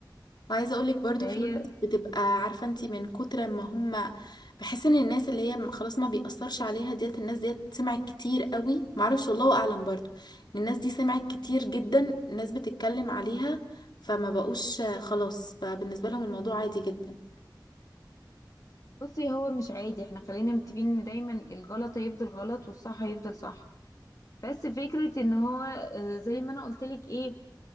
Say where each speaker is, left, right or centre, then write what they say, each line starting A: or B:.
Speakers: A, on the left; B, on the left.
A: وعايزه اقول لك برضو
B: فهي
A: في ناس بتبقى عارفه انت من كتر ما هم بحس ان الناس اللي هي خلاص ما بيأثرش عليها ديت الناس ديت سمعت كتير قوي معرفش والله اعلم برضو إن الناس دي سمعت كتير جدا الناس بتتكلم عليها فما بقوش خلاص بقى بالنسبه لهم الموضوع عادي جدا
B: بصي هو مش عادي احنا خلينا متفقين ان دايما الغلط هيفضل غلط والصح هيفضل صح بس فكرة ان هو آه، زي ما انا قلت لك ايه